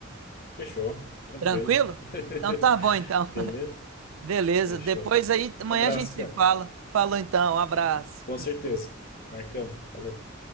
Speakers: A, on the left (about 50°); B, on the right (about 80°).
A: Fechou, tranquilo.
B: Tranquilo? Então tá
A: <laughs>
B: bom então.
A: Beleza?
B: Beleza.
A: Fechou.
B: Depois aí, amanhã
A: Abraço,
B: a gente se
A: cara.
B: fala. Falou então, um abraço.
A: Com certeza. Marcamos. Falou.